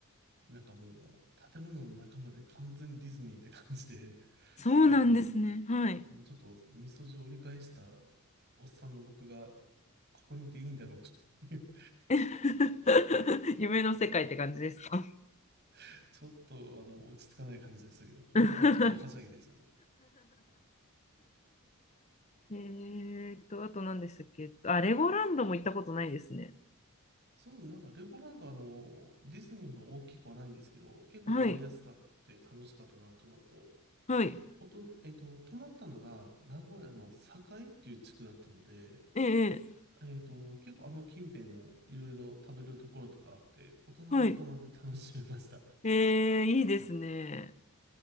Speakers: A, on the right; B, on the left.
A: なんかもう建物の中まで完全にディズニーって感じで、<laughs>
B: そうなんですね。
A: あの、
B: はい。
A: もうちょっとみそじを折り返したおっさんの僕がここにいていいんだろうかっていう、
B: <laughs> 夢の世界って感じですか
A: <laughs> ちょっとあの落ち着かない感じでしたけど、子供たちは大はしゃぎでしたね。
B: <laughs> えーっと、あと何でしたっけあ、レゴランドも行ったことないですね。
A: そうですねなんかレゴランドあの、ディズニーほど大きくはないんですけど、結構回りやすかって楽しかったなっていうのと、
B: はい。はい。
A: おと、えっと、泊まったのが名古屋の栄っていう地区だったので、
B: ええ。ええ
A: えっと、結構あの近辺もいろいろ食べるところとかあって、大人は大人で楽しめました。
B: はい。
A: <laughs>
B: えー、いいですね。